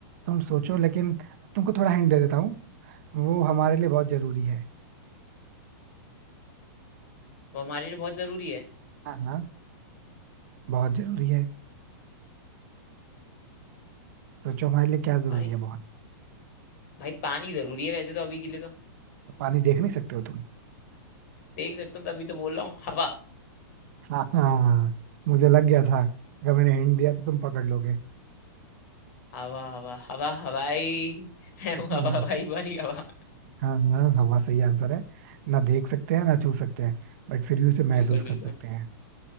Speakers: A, on the right; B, on the left.
A: तुम सोचो लेकिन तुमको थोड़ा हिंट दे देता हूँ वो हमारे लिए बहुत जरूरी है
B: वो हमारे लिए बहुत जरूरी है
A: हाँ हाँ बहुत जरूरी है सोचो हमारे लिए क्या जरूरी
B: भाई
A: है बहुत
B: भाई पानी जरूरी है वैसे तो अभी के लिए तो
A: तो पानी देख नहीं सकते हो तुम
B: देख सकता हूँ तभी तो बोल रहा हूँ हवा
A: हाँ हाँ मुझे लग गया था अगर मैंने हिंट दिया तो तुम पकड़ लोगे
B: हवा हवा हवा हवाई <laughs> मैं
A: <laughs>
B: हूँ
A: हम्म,
B: हवा हवाई वाली हवा
A: हाँ हाँ हवा सही आंसर है ना देख सकते हैं ना छू सकते हैं बट फिर भी उसे महसूस
B: बिल्कुल
A: कर
B: बिल्कुल
A: सकते हैं